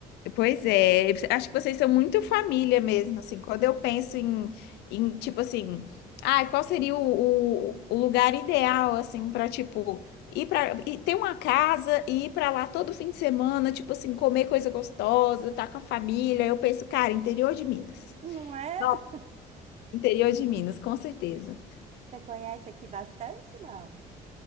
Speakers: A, on the left; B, on the right.
A: Pois é, acho que vocês são muito família mesmo, assim, quando eu penso em, em tipo assim, ah, qual seria o, o, o lugar ideal, assim, para tipo, ir para ter uma casa e ir para lá todo fim de semana, tipo assim, comer coisa gostosa, estar com a família, eu penso, cara, interior de Minas.
B: Não é?
A: Nossa, interior de Minas, com certeza.
B: Você conhece aqui bastante, não?